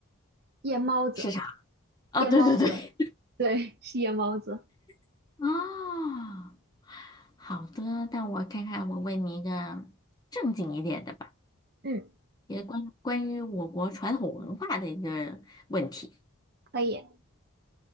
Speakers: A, on the right (about 45°); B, on the left (about 20°).
A: 夜猫子，
B: 是啥？啊，
A: 夜猫子，
B: 对对对，
A: 对，是夜猫子。
B: <laughs> 啊，好的，那我看看，我问你一个正经一点的吧，
A: 嗯，
B: 也关关于我国传统文化的一个问题。
A: 可以，